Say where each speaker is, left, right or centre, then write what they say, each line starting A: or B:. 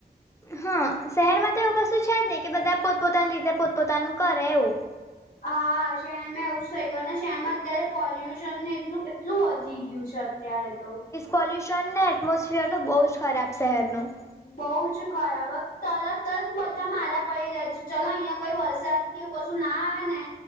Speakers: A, on the left (about 15°); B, on the left (about 50°).
A: હા શહેરમાં તો એવું કશું છે જ હી કે બધા પોતપોતાની રીતે પોતપોતાનું કરે એવું.
B: હા શહેરમાં એવું જ થઇ ગયું ને શહેરમાં અત્યારે પોલ્યુશન ને એટલું એટલું વધી ગયું છે. અત્યારે તો
A: પોલ્યુશનને એટમોસફિયર તો બહુ જ ખરાબ શહેરનું
B: બહ જ ખરાબ હ તરત જ બધા મારાા પડી જ્યા છે ચલો અહિયાં કોઈ વરસાદ એવું કશું ના આવે ને